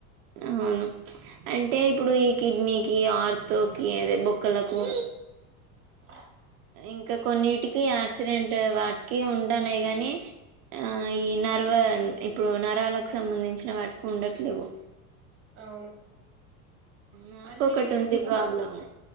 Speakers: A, on the right; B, on the right.
A: అవును అంటే ఇప్పుడు ఈ కిడ్నీకి ఆర్త్కి అదే బొక్కలకు
B: అ
A: ఇంకా కొన్నిటికి యాక్సిడెంట్ వాటికి ఉంటనై గానీ ఆ ఈ నరవ ఇప్పుడు నరాలకు సంబంధించిన వాటికి ఉండట్లేవు.
B: అవును
A: నాకొకటి
B: అన్నిటి పెడితే
A: ఉంది
B: బాగుండు
A: ప్రాబ్లం